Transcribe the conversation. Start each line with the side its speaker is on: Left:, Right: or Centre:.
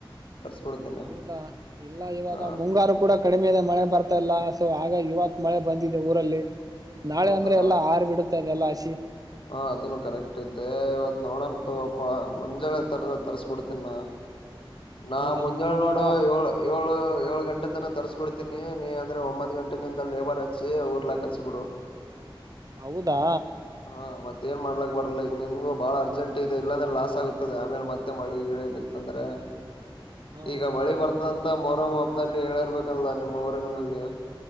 Left: ತರ್ಸ್ಕೊಡ್ತೇನೆ
Right: ಹೌದಾ ಇಲ್ಲ ಇವಾಗ
Left: ಹ
Right: ಮುಂಗಾರು ಕೂಡ ಕಡಿಮೆ ಇದೆ ಮಳೆ ಬರ್ತಾ ಇಲ್ಲ ಸೊ ಆಗಾಗಿ ಇವತ್ತು ಮಳೆ ಬಂದಿದೆ ಊರಲ್ಲಿ ನಾಳೆ
Left: ಹೌದಾ
Right: ಅಂದ್ರೆ ಎಲ್ಲ ಆರ್ ಬಿಡುತ್ತೆದೆಲ್ಲ ಹಸಿ
Left: ಹಾ ಅದನ್ನು ಕರೆಕ್ಟ ಐತೆ ಇವತ್ ನೋಡಣ ತೊ ಗಪ್ಪಾ ಮುಂಜಾಳೆ ತರದ ಅದ್ರ ತರ್ಸ್ಕೊಡ್ತೀನ ನಾ
Right: <inaudible>
Left: ನಾ ಮುಂಜಾನೆ
Right: ಮುಂಜಾಳೆ
Left: ನೋಡು ಏಳು ಯೋಳು ಏಳು ಗಂಟೆ ತನ ತರ್ಸ್ಕೊಡ್ತೀನಿ ನೀ ಅಂದ್ರೆ ಒಂಬತ್ ಗಂಟೆ ನಿಂದ ಲೇಬರ್ ಹಚ್ಚಿ ಊರ್ಲಾಕ್ ಹಚ್ಚಿಬಿಡು
Right: ಹೌದಾ
Left: ಹಾ ಮತ್ತೇ ಏನ್ ಮಾಡ್ಲಾಕ್ ಬರಲ್ಲ ಈಗ ನಿನ್ಗೂ ಬಾಳ ಅರ್ಜೆಂಟ್ ಇದೆ ಇಲ್ಲಂದ್ರೆ ಲಾಸ್ ಆಗತದೆ ಆಮೇಲೆ ಮತ್ತೆ ಮಳೆ ಗಿಳಿ ಇತಂದ್ರೆ
Right: <inaudible>
Left: ಈಗ
Right: ಹಾ
Left: ಮಳೆ ಬರ್ತದಂತ ಮೊಹರಮ್ ಹಬ್ಬದಲ್ಲಿ ಹೇಳಿರ್ಬೇಕಲ್ಲ ನಿಮ್ಮ್ ಊರಲ್ನಲ್ಲಿ